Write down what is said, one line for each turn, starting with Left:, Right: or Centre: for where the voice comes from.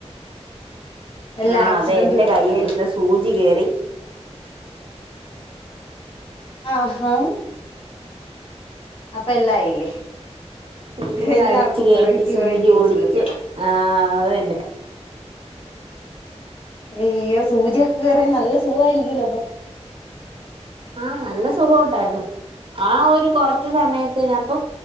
Left: എല്ലാം
Right: ആ
Left: ആക്സിഡന്റുകളാണല്ലോ
Right: അതെ എന്റെ കയ്യിൽ ഇന്ന് സൂചി കേറി
Left: ആഹാ അപ്പോ എല്ലായില്ലേ
Right: സൂചി
Left: എല്ലാർക്കും
Right: അടിച്ചു കയറ്റി
Left: വെറൈറ്റി
Right: സൂചി
Left: വെറൈറ്റി ഇൻസിഡന്റുകൾ
Right: ഓടിച്ച് ആ അത് തന്നെ
Left: ഏയ് സൂചയൊക്കെ കേറിയാ നല്ല സുഖാരിക്കുല്ലോ അപ്പം
Right: ആ നല്ല സുഖവൊണ്ടാരുന്നു ആ ഒരു കൊറ ച്ച് സമയത്തിനപ്പം